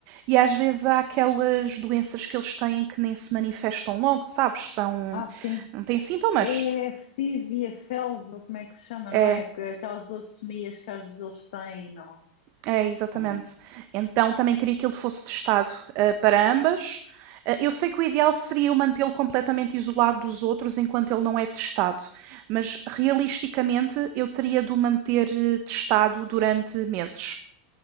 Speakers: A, on the right (about 50°); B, on the left (about 65°).
A: E às vezes há aquelas doenças que eles têm que nem se manifestam logo, sabes? São,
B: Ah, sim.
A: não têm sintomas.
B: É fívia, felva, como é que se chama, não
A: É,
B: é? Porque aquelas leucemias que às vezes eles têm, não.
A: É, exatamente.
B: Ah,
A: Então também queria que ele fosse testado, ah, para ambas. Ah, eu sei que o ideal seria eu mantê-lo completamente isolado dos outros enquanto ele não é testado, mas realisticamente eu teria de o manter eh, testado durante meses.